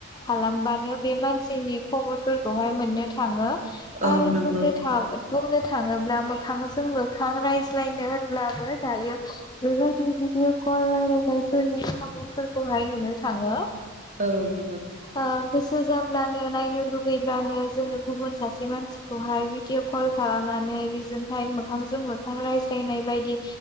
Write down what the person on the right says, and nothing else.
औ
नोंगौ
औ नोंगौ औ नोंगौ औ नोंगौ औ नोंगौ औ नोंगौ औ नोंगौ औ
औ लोगो।